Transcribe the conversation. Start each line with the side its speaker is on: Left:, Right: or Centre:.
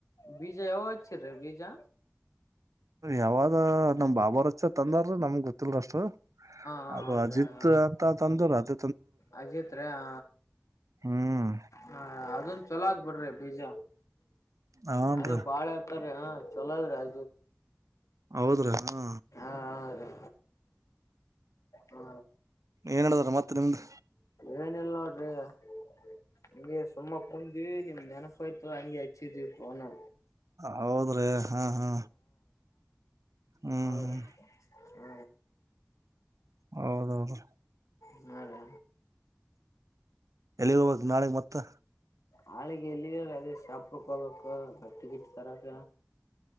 Left: ಬಿಜಾ ಯಾವ್ ರ ಬೀಜಾ
Right: ಯಾವಾಗ ನಮ್ ಬಾಬಾರಚ ತಂದಾರ ನಮ್ಗ್ ಗೊತ್ತಿಲ್ ಅಷ್ಟು
Left: ಹಾ
Right: ಅದು
Left: ಹೌದ್ರಿ
Right: ಅಜಿತ್
Left: ಹಾ
Right: ಅಂತ ತಂದರ ಅದ
Left: ಅಜಿತ್ ರ ಹ
Right: ಹ್ಮ್
Left: ಹ ಅದನ್ ಚಲೋ ಆ ಬಿಡ್ರಿ ಬೀಜ
Right: ಹನ್ರಿ
Left: ಅದೇ ಬಾಳೆ ಹತಾರೀ ಹ ಚಲೋದ್ರಿ ಅ
Right: ಹೌದ್ರೇನಾ
Left: ಹಾ ರೀ ಹಾ
Right: ಏನ್ ಹೇಳದಾರ ಮತ್ತೆ ನಿಮ್ದು
Left: ಏನ ಇಲ್ ನೋಡ್ರಿ ಹಗೆ ಸುಮ್ಮ ಕುಂದಿವವಿ ನಿಮ್ ನೆನಪು ಆಯ್ತು ಹಂಗ ಆ <unintelligible> ದವಿನ
Right: ಹೌದ್ರಿ ಹಾ ಹಾ ಹ್ಮ್
Left: ಹೌ
Right: ಹ್ಮ್
Left: ಹ್ಮ
Right: ಹೌದೌದ್ರಿ
Left: ಹಾ ರ
Right: ಎಲ್ಲಿರುವಾಗ ನಾಳೆಗೆ ಮತ್ತೆ
Left: ಹಾಳಿಗೆ ಎಲ್ಲಿ ಅ ಶಾಪ ಹೋಗಬೇಕ ಬಕ್ಟ್ಟ ಗಿಟ್ ತರಕ